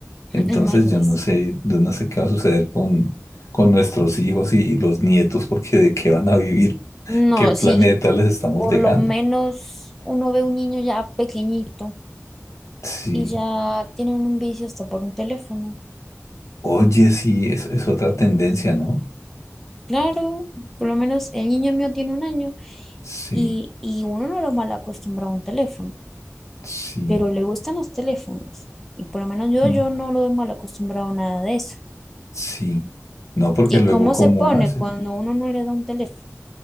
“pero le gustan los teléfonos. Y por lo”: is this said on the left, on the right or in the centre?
Centre